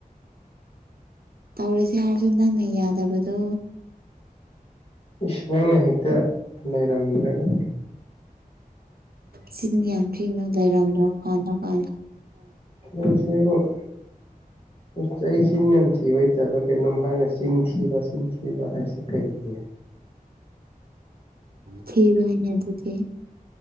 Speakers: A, on the right; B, on the left.
A: ꯇꯧꯔꯤꯁꯦ ꯍꯥꯏꯔꯁꯨ ꯅꯪꯅ ꯌꯥꯗꯕꯗꯣ
B: ꯏꯁ ꯅꯪꯅ ꯍꯦꯛꯇ ꯂꯩꯔꯝꯗ꯭ꯔꯒ
A: ꯁꯤꯖꯤꯅꯤ ꯌꯥꯝ ꯊꯤꯅꯣ ꯂꯩꯔꯝ ꯈꯋꯥꯜ ꯈꯥ
B: ꯅꯁꯤꯕꯨꯁꯤꯕꯨ ꯆꯍꯤꯁꯤꯡ ꯌꯥꯝ ꯊꯤꯕ ꯍꯇꯕ ꯀꯩꯅꯣꯝ ꯍꯥꯏꯔꯁꯤꯦ ꯆꯤꯟꯊꯤꯕ ꯆꯤꯟꯊꯤꯕ ꯍꯥꯏꯁꯤ ꯀꯩꯅꯩꯅꯣꯅꯦ
A: ꯊꯕꯅꯦ ꯑꯗꯨꯗꯤ